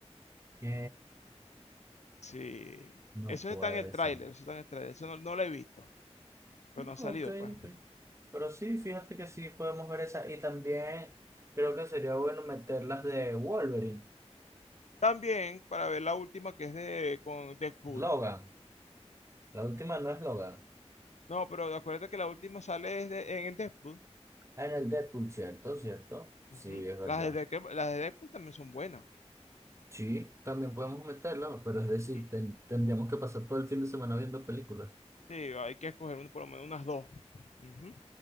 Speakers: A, on the right; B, on the left.
A: Que
B: Sí.
A: no
B: Eso
A: puede
B: está en el tráiler,
A: ser.
B: eso está en el tráiler. Eso no, no lo he visto, pero no ha salido,
A: Ok, ok.
B: pues.
A: Pero sí, fíjate que sí podemos ver esa. Y también creo que sería bueno meter las de Wolverine,
B: También, para ver la última que es de con Deadpool.
A: Logan. La última no es Logan.
B: No, pero acuérdate que la última sale es de- en Deadpool.
A: Ah, En el Deadpool, ¿cierto? ¿Cierto?
B: Ujú.
A: Sí, es verdad.
B: Las de, Deadpool- las de Deadpool también son buenas.
A: Sí, también podemos meterla, pero es decir,
B: Ujú.
A: ten- tendríamos que pasar todo el fin de semana viendo películas.
B: Sí, hay que escoger un- por lo menos unas dos. Ujú.